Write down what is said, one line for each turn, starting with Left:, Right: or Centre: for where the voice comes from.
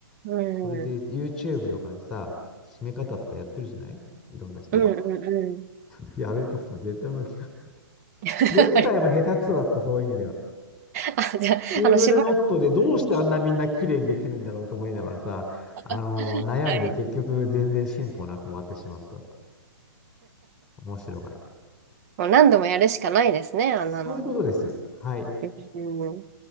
Right: うん。
Centre: それで、
Right: うん
Centre: YouTube とかでさ、締め方とかやってるじゃないいろんな人が。
Right: うんうん。
Centre: <laughs> やるとさ、絶対うまくいかない。
Right: <laughs>
Centre: ネクタイも下手くそだった、
Right: あれ
Centre: そういう意味では。
Right: あ、じゃあ、
Centre: シングルノットでどうしてあんなみんな綺麗にできるんだろうと思いながらさ、
Right: あの、しばらく。
Centre: あのー悩んで結局全然進歩なく終わってしまったって。
Right: <laughs> はい
Centre: 面白かった。
Right: もう何度もやるしかないですね、
Centre: そういうことです。
Right: あんなの。
Centre: はい。
Right: うん。